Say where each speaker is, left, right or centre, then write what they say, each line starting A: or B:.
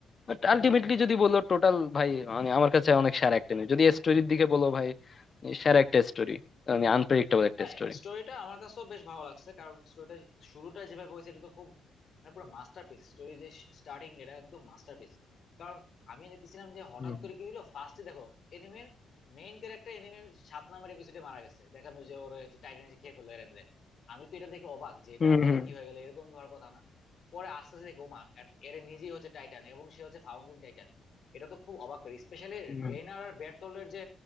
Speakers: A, on the left; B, on the left.
A: বাট আলটিমেটলি যদি বলো টোটাল ভাই মানে আমার কাছে অনেক সেরা একটা নিউজ যদি স্টোরির দিকে বলো ভাই সেরা একটা স্টোরি মানে আনপ্রেডিক্টেবল একটা
B: হ্যাঁ
A: স্টোরি
B: স্টোরিটা আমার কাছেও বেশ ভালো লাগছে কারণ স্টোরিটা শুরুটা যেভাবে হয়েছে এটা তো খুব মানে পুরো মাস্টারপিস স্টোরি যে স্টার্টিং এটা একদম মাস্টারপিস কারণ আমি দেখতেছিলাম যে হঠাৎ
A: হুম
B: করে কি হলো ফার্স্টে দেখো এনিমের মেইন ক্যারেক্টার এনিমের সাত নম্বর এপিসোডে মারা গেছে দেখলাম যে ওর ওই যে টাইটান খেয়ে ফেললো এরেন রে। আমি তো এটা দেখে অবাক যে এটা
A: হুম
B: তাহলে
A: হুম
B: কি হয়ে গেল এরকম ধর কথা না পরে আস্তে আস্তে দেখো ওমা এর নিজেই হচ্ছে টাইটান এবং সে হচ্ছে ফাউন্ডিং টাইটান এটা তো খুব অবাক করে স্পেশালি
A: হুম।
B: রেইনার আর বেরথোল্ডের যে